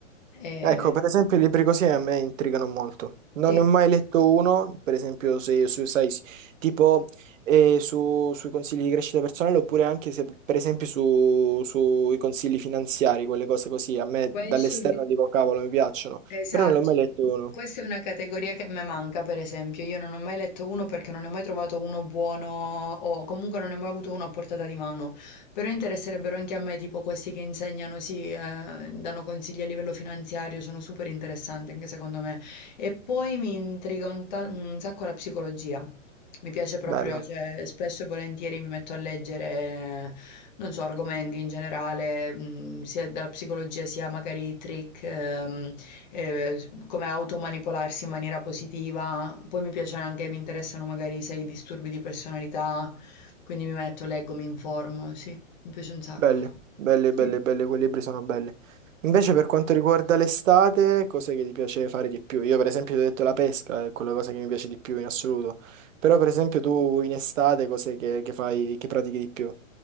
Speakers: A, on the left; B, on the right.
A: E-
B: Ecco, per esempio, i libri così a me intrigano molto. Non
A: sì,
B: ne ho mai letto uno, per esempio, se, su- sai, s- tipo eh, su- sui consigli di crescita personale, oppure anche se, per esempio, su- sui consigli finanziari, quelle cose così. A me
A: questo
B: dall'esterno
A: lì
B: dico, cavolo, mi piacciono,
A: Esatto.
B: però non ne ho mai letto uno.
A: Questa è una categoria che a me manca, per esempio. Io non ho mai letto uno perché non ne ho mai trovato uno buono o comunque non ne ho mai avuto uno a portata di mano. Però interesserebbero anche a me, tipo questi che insegnano, sì, eh, danno consigli a livello finanziario, sono super interessanti anche secondo me. E poi mi intriga un, ta- un sacco la psicologia. Mi piace proprio,
B: Bello.
A: cioè, spesso e volentieri mi metto a leggere, non so, argomenti in generale, mh, sia dalla psicologia sia magari i trick. ehm, eh, s- come automanipolarsi in maniera positiva. Poi mi piace anche, mi interessano magari se hai disturbi di personalità, quindi mi metto, leggo, mi informo, sì, mi piace un sacco.
B: Belle, belle,
A: Sì,
B: belle, belle, quei libri sono belle. Invece per
A: super
B: quanto
A: interessante.
B: riguarda l'estate, cos'è che ti piace fare di più? Io per esempio ti ho detto la pesca, è quella cosa che mi piace di più in assoluto. Però per esempio tu in estate cos'è che, che fai, che pratichi di più?